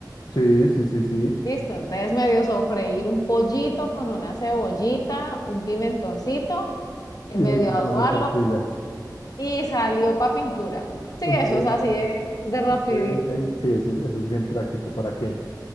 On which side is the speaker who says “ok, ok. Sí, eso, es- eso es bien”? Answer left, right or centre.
Left